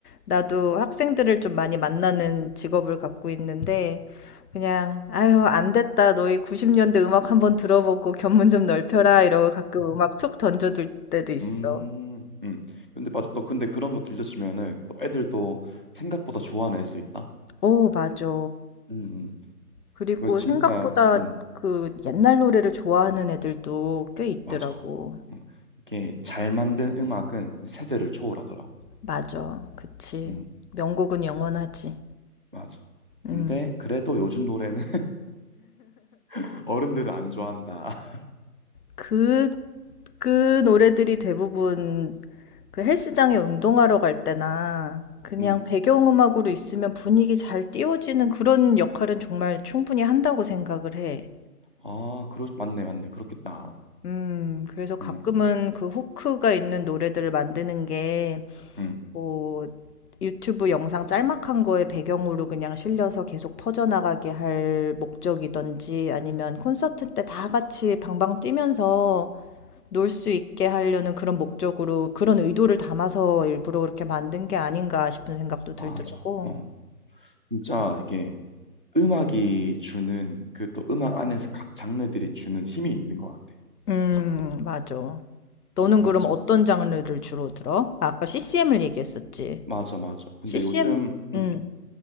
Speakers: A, on the left; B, on the right.
A: 나도 학생들을 좀 많이 만나는 직업을 갖고 있는데 그냥 아유, 안 됐다. 너희 90년대 음악 한번 들어보고 견문 좀 넓혀라. 이러고 가끔 음악 툭 던져둘 때도 있어.
B: 음. 음. 근데 맞아. 또 근데 그런 거 들려주면은 또 애들도 생각보다 좋아하는 애들도 있다.
A: 오, 맞아.
B: 음. 음.
A: 그리고
B: 그래서 진짜
A: 생각보다
B: 음.
A: 그 옛날 노래를 좋아하는 애들도 꽤 있더라고.
B: 맞아. 음. 이게 잘 만든 음악은 세대를 초월하더라고.
A: 맞아. 그치.
B: 음.
A: 명곡은 영원하지.
B: 맞아. 근데
A: 음.
B: 그래도 요즘 노래는 <laughs> 어른들은 안 좋아한다. <laughs>
A: 그, 그 노래들이 대부분 그 헬스장에 운동하러 갈 때나 그냥
B: 음.
A: 배경음악으로 있으면 분위기 잘 띄워지는 그런 역할은 정말 충분히 한다고 생각을 해.
B: 아, 그러 맞네, 맞네. 그렇겠다.
A: 음, 그래서 가끔은
B: 음.
A: 그 후크가 있는 노래들을 만드는 게
B: 음.
A: 뭐 유튜브 영상 짤막한 거에 배경으로 그냥 실려서 계속 퍼져나가게 할 목적이든지 아니면 콘서트 때 다 같이 방방 뛰면서 놀 수 있게 하려는 그런 목적으로 그런 의도를 담아서 일부러 그렇게 만든 게 아닌가 싶은 생각도
B: 맞아.
A: 들더라고.
B: 어. 진짜 이게 음악이 주는 그 또 음악 안에서 각 장르들이 주는 힘이 있는 것 같아.
A: 음, 맞아. 너는
B: 맞지?
A: 그럼 어떤 장르를 주로 들어? 아, 아까 CCM을 얘기했었지.
B: 맞아, 맞아. 근데
A: CCM,
B: 요즘
A: 음,
B: 음.